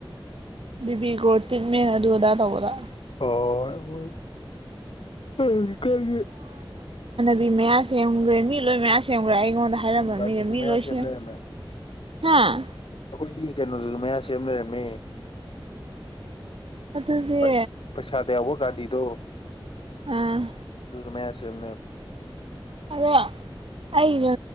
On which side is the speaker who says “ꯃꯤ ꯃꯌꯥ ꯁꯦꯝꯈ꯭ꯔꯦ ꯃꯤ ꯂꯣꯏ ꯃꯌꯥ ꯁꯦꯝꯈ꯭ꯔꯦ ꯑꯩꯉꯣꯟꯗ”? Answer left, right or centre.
Right